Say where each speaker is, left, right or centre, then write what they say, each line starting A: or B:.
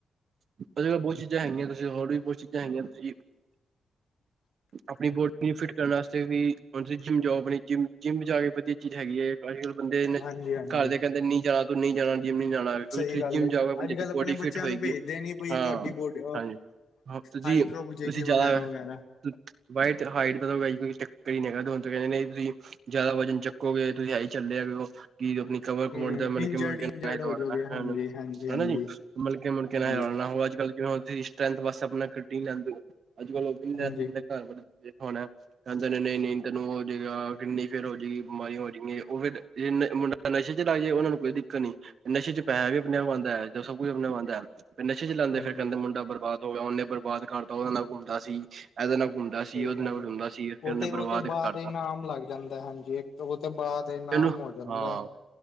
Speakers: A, on the right; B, on the left.
A: ਓਹਦੇ ਕੋਲ ਬਹੁਤ ਚੀਜ਼ਾਂ ਹੈਗੀਆਂ, ਤੁਸੀਂ ਹੋਰ ਵੀ, ਬਹੁਤ ਚੀਜ਼ਾਂ ਹੈਗੀਆਂ ਤੁਸੀਂ ਆਪਣੀ ਬੋਡੀ ਨੂੰ ਫਿਟ ਕਰਨ ਵਾਸਤੇ ਵੀ, ਹੁਣ ਤੁਸੀ ਜਿੰਮ ਜਾਓ, ਆਪਣੀ ਜਿਮ, ਜਿੰਮ ਜਾਕੇ ਵਧੀਆ ਚੀਜ਼ ਹੈਗੀ ਹੈ। ਅੱਜ- ਕੱਲ ਬੰਦੇ ਇਨੇ,
B: ਹਾਂਜੀ ਹਾਂਜੀ
A: ਘਰਦੇ ਕਹਿੰਦੇ ਨਹੀਂ ਜਾਣਾ, ਤੂੰ ਨਹੀਂ ਜਾਣਾ ਜਿਮ ਨੀ ਜਾਣਾ
B: ਸਹੀ
A: ਤੁਸੀਂ
B: ਗੱਲ
A: ਜਿੰਮ
B: ਏ
A: ਜਾਓਗੇ, ਆਪਣੀ
B: ਅੱਜ
A: ਜੇੜੀ
B: ਕੱਲ੍ਹ ਆਪਣੇ
A: ਬੋਡੀ ਫਿਟ
B: ਬੱਚਿਆਂ
A: ਹੋਏਗੀ,
B: ਨੂੰ ਭੇਜਦੇ ਨੀ ਬਈ
A: ਹਾਂ
B: ਤੁਹਾਡੀ ਬੋਡੀ
A: ਹਾਂਜੀ। ਤੁਸੀਂ
B: ਹਾਈਟ ਰੁਕ ਜਾਏਗੀ
A: ਤੁਸੀਂ ਚਲਾ
B: ਵਗੈਰਾ
A: ਹੋ
B: ਵਗੈਰਾ
A: <unintelligible> ਭਾਈ ਹਾਈਟ ਦਾ ਤਾਂ ਵੈਸੇ ਵੀ ਕੋਈ ਚੱਕਰ ਹੀ ਨਹੀਂ ਹੈਗਾ, ਤੁਹਾਨੂੰ ਕਹਿੰਦੇ ਨੇ ਤੁਸੀਂ? ਜਿਆਦਾ ਵਜਨ ਚੱਕੋਗੇ, ਤੁਸੀਂ ਇਹੀ ਝਲਲੇ ਹੈਗੇ ਹੋ? ਕਿ ਆਪਣੀ ਕਮਰ- ਕੁਮਰ
B: ਹਮ
A: ਦੇ ਮਨਕੇ
B: ਇੰਜਰਡ
A: ਮੁਨਕੇ
B: ਇੰਜਰਡ ਹੋ
A: ਰੋਲਣਾ
B: ਜਾਓਗੇ ਹਾਂਜੀ
A: ਹੈਨਾ
B: ਹਾਂਜੀ ਹਾਂਜੀ
A: ਜੀ। ਮਣਕੇ- ਮੁਣਕੇ
B: ਹਾਂਜੀ
A: ਨਾ ਹਿਲਾ ਲੇਣਾ, ਉਹ ਅੱਜ ਕੱਲ ਜ ਸ ਵ ਆਪਣਾਟੀ ਲੈਂਦੇ ਹੋ ਅੱਜ ਕੱਲ ਉਹ ਵੀ ਲ
B: ਹਾਂਜੀ
A: <unintelligible> ਕਹਿੰਦੇ ਨਹੀਂ- ਨਹੀਂ ਤੈਨੂੰ ਹੋ ਜਾਏਗਾ। ਕਿੰਨੀ ਫਿਰ ਹੋ ਜਾਏਗੀ, ਬਿਮਾਰੀਆਂ ਹੋ ਜਾਣਗੀ, ਉਹ ਫਿਰ ਮੁੰਡਾ, ਤਾਂ ਨਸ਼ੇ ਚ ਲੱਗ ਜਾਏ, ਉਹਨਾਂ ਨੂੰ ਕੋਈ? ਨਸ਼ੇ ਚ ਪੈਸਾ ਵੀ, ਆਪਣੇ ਆਪ ਆਉਂਦਾ ਹੈ, ਸਭ ਕੁੱਝ ਆਪਣੇ ਆਪ ਆਉਂਦਾ ਹੈ, ਨਸ਼ੇ ਚ ਲਗਦੇ
B: ਹਾਂਜੀ
A: ਫਿਰ ਕਹਿੰਦੇ ਮੁੰਡਾ ਬਰਬਾਦ। ਹੋ ਗਿਆ, ਉਹਨੇ ਬਰਬਾਦ ਕਰਤਾ, ਉਹਦੇ ਨਾਲ ਘੁੰਮਦਾ ਸੀ। ਇਹਦੇ ਨਾਲ ਘੁੰਮਦਾ
B: ਸਹੀ
A: ਸੀ ਉਹਦੇ
B: ਗੱਲ
A: ਨਾਲ
B: ਹੈ,
A: ਘੁੰਮਦਾ ਸੀ ਫਿਰ
B: ਉਹ
A: ਉਹਨੇ
B: ਤੇ ਉਹ
A: ਬਰਬਾਦ
B: ਤੇ ਬਾਅਦ
A: ਕਰਤਾ
B: ਇਹ ਨਾਮ ਲੱਗ ਜਾਂਦਾ। ਹਾਂਜੀ ਉਹ ਤੋਂ ਬਾਅਦ ਇ ਨਾਮ
A: ਇਹਨੂੰ
B: ਹੋ ਜਾਂਦਾ
A: ਹਾਂ
B: ਹੈ।